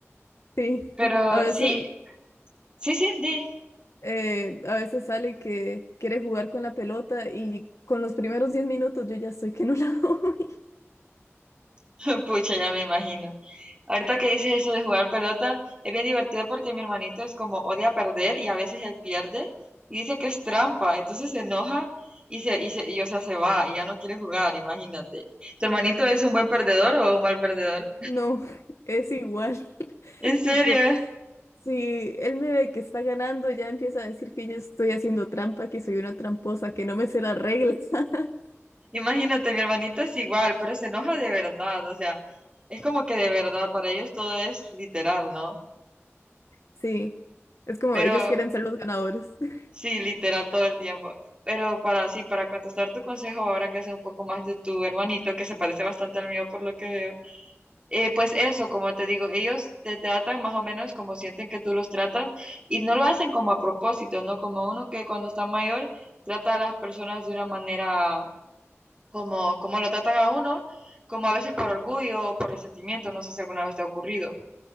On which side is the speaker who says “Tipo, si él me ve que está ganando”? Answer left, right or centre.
Left